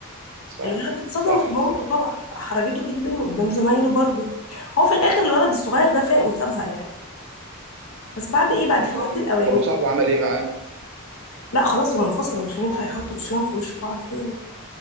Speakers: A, on the right; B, on the left.
A: صح
B: الولد اتصدم
A: صح
B: في مامته
A: صح
B: طبعا أحرجته جدا قدام زمايله برضه هو في الآخر الولد الصغير ده فاق
A: طب
B: وسابها يعني بس بعد إيه بعد
A: امم
B: فوات الأوان
A: طب وصاحبه عمل ايه معاه
B: لا خلاص هم انفصلوا مش هينفع يحطوا وشهم في وش بعض تاني